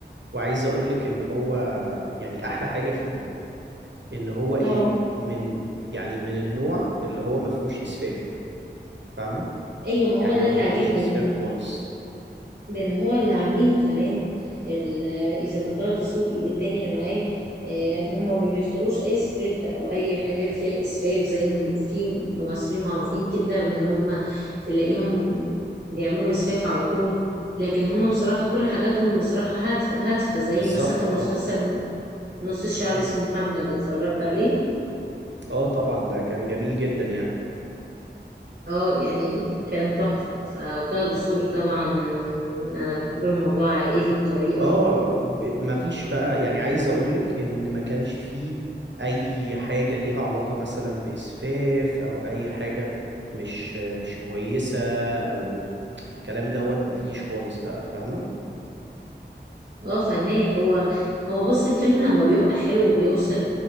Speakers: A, on the right (about 80°); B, on the right (about 55°).
A: وعايز اقولك ان هو يعني احلى حاجة فيه ان هو ايه
B: <laughs> اه
A: من يعني من النوع اللي هو ما فيهوش اسفاف فاهمة
B: ايوه ما
A: يعني
B: هو ده
A: هو
B: اللي
A: ما
B: عاجبني
A: فيش اسفاف خالص
B: لان هو اللي عاملينه كمان ال- اذا كان طه دسوقي والتاني اللي معاه آه، هما ما بيختاروش اي سكريبت او اي حاجه فيها اسفاف زي إن في ممثلين معروفين كده ان هما تلاقيهم بيعملوا اسفاف على طول لكن هما بصراحه كل حاجاتهم بصراحه هادف- هادفه زي
A: بالظبط
B: مثلا مسلسل
A: اه
B: نص الشعب
A: مم.
B: اسمه محمد اتفرجت عليه
A: اه طبعا ده كان جميل جدا يعني
B: اه يعني كان تحفه ف- وطه دسوقي طبعا انا بحب له موضوع عائلي بطريقه
A: اه ب- ما فيش بقى يعني عايز اقولك ان ما كانش فيه اي حاجة ليها علاقة مثلا باسفاف او اي حاجة مش مش كويسة او الكلام دوت ما فيش خالص بقى فاهمة
B: اه فهماك هو هو بص الفيلم لما بيبقى حلو وبيوصل